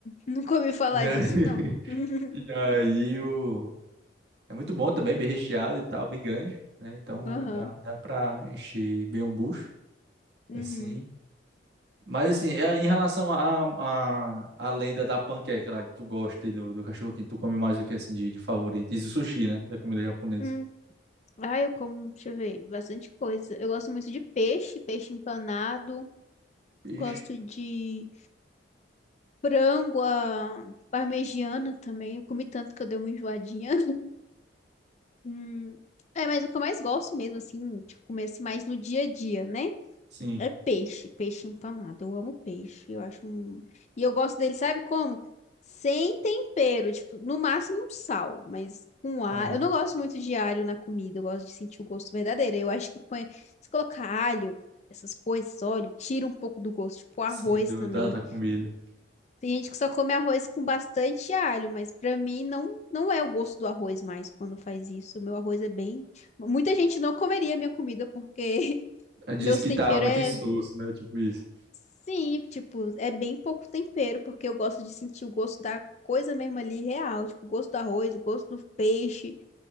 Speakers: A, on the left; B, on the right.
A: não comi falar
B: E aí,
A: disso,
B: <laughs>
A: não. <laughs>
B: e aí o, É muito bom também, bem recheado e tal, bem grande, né? Então
A: Aham,
B: ah, dá, dá pra encher bem um bucho,
A: uhum,
B: assim. Mas assim, é, em relação à à à lenda da panqueca lá que tu gosta e do, do cachorro quente, tu come mais o que assim de, de favorito? Diz o sushi, né? Da comida japonesa.
A: uhum. Ah, eu como, deixa eu ver, bastante coisa. Eu gosto muito de peixe, peixe empanado.
B: Peixe,
A: Gosto de frango à parmegiana também. Eu comi tanto que eu dei uma enjoadinha. <laughs> Hum, É, mas o que eu mais gosto mesmo, assim, tipo, comer assim, mais no dia a dia, né?
B: sim.
A: É peixe, peixe empanado. Eu amo peixe. Eu acho um... E eu gosto dele, sabe como? Sem tempero, tipo, no máximo um sal, mas com alho.
B: Aham.
A: Eu não gosto muito de alho na comida, eu gosto de sentir o gosto verdadeiro. Eu acho que põe, se colocar alho, essas coisas, óleo, tira um pouco do gosto, tipo arroz
B: Sim, do,
A: também.
B: da, da comida.
A: Tem gente que só come arroz com bastante alho, mas pra mim não não é o gosto do arroz mais quando faz isso. O meu arroz é bem Muita gente não comeria minha comida porque <laughs>
B: Ela Diz
A: meus
B: que
A: temperos
B: tá muito
A: é
B: insosso, né? Tipo isso.
A: Sim, tipo, é bem pouco tempero, porque eu gosto de sentir o gosto da coisa mesmo ali real, tipo, o gosto do arroz, o gosto do peixe.